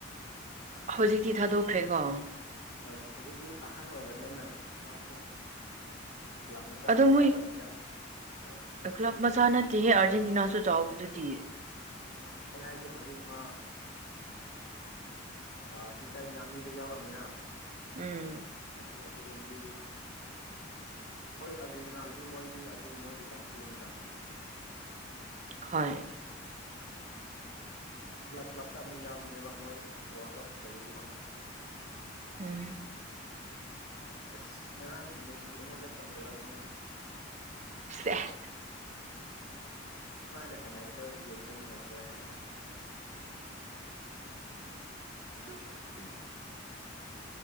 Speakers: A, on the right; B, on the left.
A: ꯍꯧꯖꯤꯛꯇꯤ ꯊꯥꯗꯣꯛꯈ꯭ꯔꯦꯀꯣ
B: ꯍꯣꯏ ꯍꯧꯖꯤꯛꯇꯤ ꯑꯍꯟ ꯑꯣꯏꯔꯝꯅꯤꯅ ꯃꯥꯁꯨ ꯀ꯭ꯂꯕ ꯃꯆꯥ
A: ꯑꯗꯣ
B: ꯃꯆꯥꯒꯨꯝꯕꯗ
A: ꯃꯣꯏ
B: ꯌꯥꯎꯔꯦ
A: ꯀ꯭ꯂꯕ ꯃꯆꯥ ꯅꯠꯇꯦꯍꯦ ꯑꯥꯔꯖꯦꯟꯇꯤꯅꯥꯁꯨ ꯆꯥꯎꯕ ꯗꯨꯗꯤ
B: ꯎꯝ ꯑꯩ ꯍꯥꯏꯗꯤ ꯍꯧꯖꯤꯛ ꯃꯥ ꯑ ꯏꯟꯇꯔ ꯃ꯭ꯌꯥꯃꯤꯗ ꯌꯥꯎꯔꯝꯃꯦꯅ
A: ꯎꯝ
B: ꯑꯗꯨ ꯑꯗꯨꯒꯨꯝꯕꯗꯤ ꯍꯣꯏ ꯑꯔꯖꯦꯟꯇꯤꯅꯥꯒꯤꯗꯤ ꯃꯣꯏꯗꯤ ꯑꯗꯨ ꯃꯣꯏꯒꯤ ꯀꯟꯇ꯭ꯔꯤꯅꯤꯅ
A: ꯍꯣꯏ
B: ꯀ꯭ꯂꯞ ꯀ꯭ꯂꯞꯇ ꯑꯃꯨꯛ ꯌꯥꯎꯕꯅꯦꯕ ꯃꯣꯏ ꯋꯥꯔ꯭ꯜ ꯀꯞ ꯂꯣꯏꯔꯗꯤꯀꯣ
A: ꯎꯝ
B: ꯑꯁ ꯉꯔꯥꯡ ꯃꯦꯁꯤ ꯑꯩꯉꯣꯟꯗ ꯐꯣꯟ ꯇꯧꯔꯛꯄꯅꯤꯅꯦ
A: ꯁꯦꯍ
B: ꯃꯥꯅ ꯁꯥꯟꯅꯕꯗꯣ ꯌꯦꯡꯕ ꯅꯨꯡꯉꯥꯏ ꯕꯔ ꯍꯥꯏꯅ
A: <inaudible>
B: ꯎꯝ